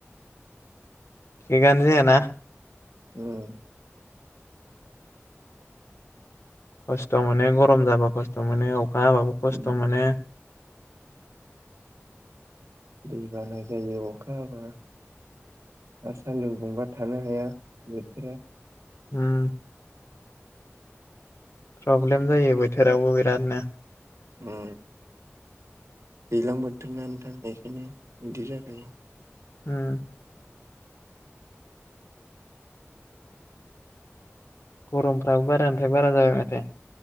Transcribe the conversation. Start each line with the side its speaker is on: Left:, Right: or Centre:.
Left: थिगानो जायाना।
Right: उम
Left: खस्थ' मोनो गरम जाबा खस्थ' मोनो अखा हाबाबो खस्थ'
Right: उम
Left: मोनो
Right: दैबाना जायो अखा हाबा आरो सान्दुं दुंबा थानो हाया बोथोरा
Left: ओम प्रब्लेम जायो बोथोरावबो बिरादनो
Right: उम दैज्लां बोथोर ना नोंथां बेखायनो बिदि जाखायो
Left: ओम गरमफ्राबो बारानिफ्राय बारा जाबाय माथो